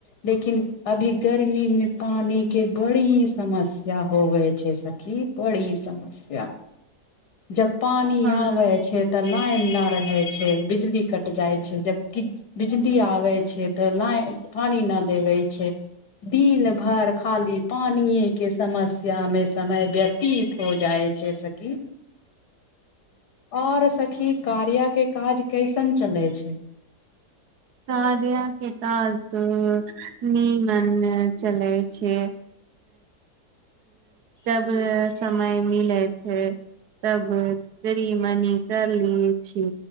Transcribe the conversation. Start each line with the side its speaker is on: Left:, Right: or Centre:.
Left: लेकिन अभी गर्मी में पानी के बड़ी समस्या होबै छै सखी बड़ी सम स्या जब पानी
Right: पर
Left: आबै छै त लाइन न रहै छै बिजली कट जाइ छै जबकि बिजली आबै छै त लाइन पानी नअ देबय छै दिन भरि खाली पानिये के समस्या मे समय व्यतीत हो जाइ छै सखी आओर सख ई कार्या के काज कैसन चलै छै
Right: कार्या के काज त नीमन य चलै छै जब समय मिलै छै तब तनी मनी तर लेबे छी